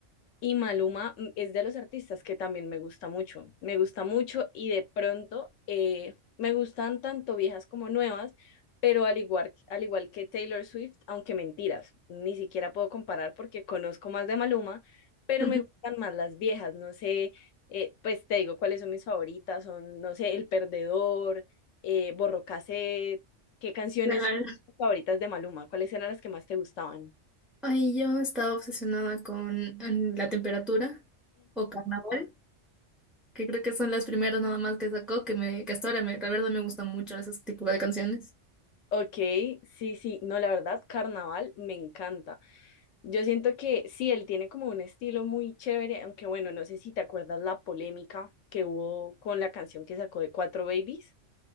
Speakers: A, on the left; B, in the centre.
A: Y Maluma mm, es de los artistas que también me gusta mucho, me gusta mucho y de pronto eh, me gustan tanto viejas como nuevas, pero al igual, al igual que Taylor Swift, aunque mentiras, ni siquiera puedo comparar porque conozco más de Maluma, pero
B: <laughs>
A: me gustan más las viejas, no sé, eh, pues te digo cuáles son mis favoritas, son, no sé, El Perdedor, eh, Borró Cassette, qué canciones
B: Claro.
A: favoritas de Maluma, cuáles eran las que más te gustaban.
B: Ay, yo estaba obsesionada con mm, la temperatura o carnaval. que creo que son las primeras nada más que sacó, que me, que hasta ahora me, la verdad me gustan mucho ese tipo de canciones.
A: Ok, sí, sí, no, la verdad, Carnaval me encanta. Yo siento que sí, él tiene como un estilo muy chévere, aunque bueno, no sé si te acuerdas la polémica que hubo con la canción que sacó de Cuatro Babies.